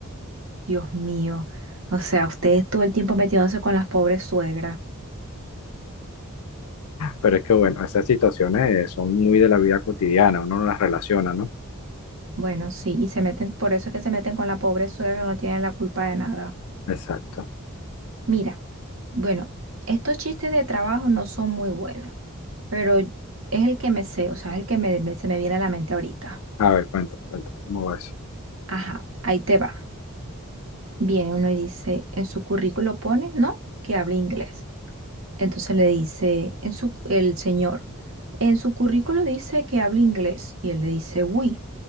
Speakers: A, on the right; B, on the left.
A: Dios mío. O sea, ustedes todo el tiempo metiéndose con las pobres suegras.
B: Pero es que, bueno, esas situaciones son muy de la vida cotidiana, uno no las relaciona, ¿no?
A: Bueno, sí, y se meten, por eso es que se meten con la pobre suegra que no tienen la culpa de nada.
B: Exacto.
A: Mira, bueno, estos chistes de trabajo no son muy buenos, pero es el que me sé, o sea, es el que me- me- se me viene a la mente ahorita.
B: A ver, cuéntame, cuéntame, ¿cómo va eso?
A: Ajá, ahí te va. Viene uno y dice, en su currículo pone, ¿no? Que habla inglés. Entonces le dice, en su, el señor, en su currículo dice que habla inglés y él le dice, oui,